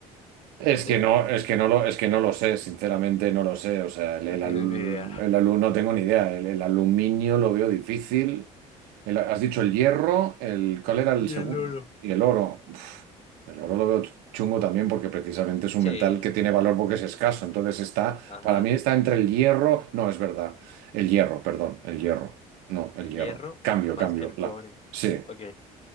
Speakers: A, on the right (about 75°); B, on the left (about 40°).
A: Es
B: ¿sí?
A: que no, es que no lo, es que no lo sé, sinceramente no lo sé. O sea, el, el,
B: No tienes
A: alu-
B: ni idea.
A: el alu- no tengo ni idea. El, el aluminio lo veo difícil. El- has dicho el hierro, el, ¿cuál era el
B: Y
A: segundo?
B: el oro.
A: Y el oro. Uf, el oro lo veo chungo también porque precisamente es un
B: Sí,
A: metal que tiene valor porque es escaso. Entonces está,
B: ajá.
A: para mí está entre el hierro, no, es verdad. El hierro, perdón, el hierro. No, el
B: El
A: hierro.
B: hierro
A: Cambio,
B: más
A: cambio.
B: que el
A: La,
B: cobre.
A: sí,
B: Ok.